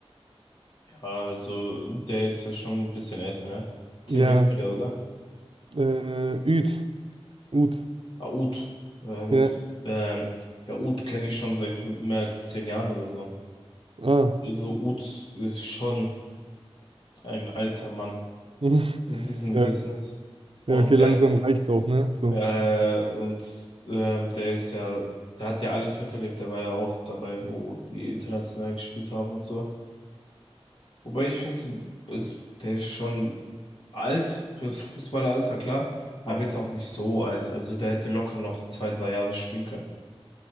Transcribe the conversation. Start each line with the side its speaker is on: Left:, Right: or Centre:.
Left: Also, der ist ja schon ein bisschen älter, ne? Tim
Right: Ja,
Left: Lemperle, oder?
Right: äh, Üd. Ut.
Left: Ah, Ut. Äh,
Right: Ja.
Left: Ut. Ähm, ja, Ut kenne ich schon seit mehr als zehn Jahren oder so.
Right: Ah.
Left: Also, Ut ist schon ein alter Mann
Right: <laughs>
Left: in diesem
Right: Ja,
Left: Business. Und
Right: ja, okay, langsam
Left: der,
Right: reicht's auch, ne? So.
Left: äh, und ähm, der ist ja, der hat ja alles miterlebt. Der war ja auch dabei, wo die international gespielt haben und so. Wobei ich finde es, der ist schon alt fürs Fußballeralter, klar, aber jetzt auch nicht so alt. Also der hätte locker noch zwei, drei Jahre spielen können.